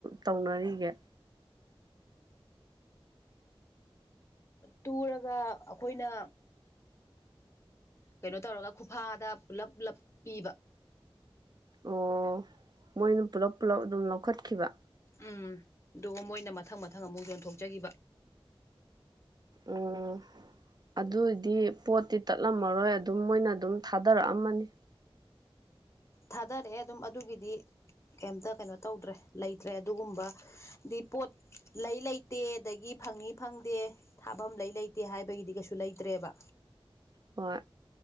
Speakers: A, on the right; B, on the left.
A: ꯇꯧꯅꯔꯤꯒꯦ
B: ꯇꯨꯔꯒ ꯑꯩꯈꯣꯏꯅ ꯀꯩꯅꯣ ꯇꯧꯔꯒ ꯈꯨꯐꯥꯗ ꯄꯨꯂꯞ ꯄꯨꯂꯞ ꯄꯤꯕ
A: ꯑꯣ ꯃꯣꯏꯅ ꯄꯨꯂꯞ ꯄꯨꯂꯞ ꯑꯗꯨꯝ ꯂꯧꯈꯠꯈꯤꯕ
B: ꯎꯝ ꯑꯗꯨꯒ ꯃꯣꯏꯅ ꯃꯊꯪ ꯃꯊꯪ ꯑꯃꯨꯛ ꯌꯣꯟꯊꯣꯛꯆꯈꯤꯕ
A: ꯎꯝ ꯑꯗꯨꯏꯗꯤ ꯄꯣꯠꯇꯤ ꯇꯠꯂꯝꯃꯔꯣꯏ ꯑꯗꯨꯝ ꯃꯣꯏꯅ ꯑꯗꯨꯝ ꯊꯥꯗꯔꯛꯑꯝꯃꯅꯤ
B: ꯊꯥꯗꯔꯛꯑꯦ ꯑꯗꯨꯝ ꯑꯗꯨꯒꯤꯗꯤ ꯀꯩꯇ ꯀꯩꯅꯣ ꯇꯧꯗ꯭ꯔꯦ ꯂꯩꯇ꯭ꯔꯦ ꯑꯗꯨꯒꯨꯝꯕ ꯄꯣ ꯂꯩ ꯂꯩꯇꯦ ꯑꯗꯒꯤ ꯐꯪꯉ ꯐꯪꯗꯦ ꯊꯥꯐꯝ ꯂꯩ ꯂꯩꯇꯦ ꯍꯥꯏꯕꯒꯤꯗꯤ ꯀꯩꯁꯨ ꯂꯩꯇ꯭ꯔꯦꯕ
A: ꯍꯣꯏ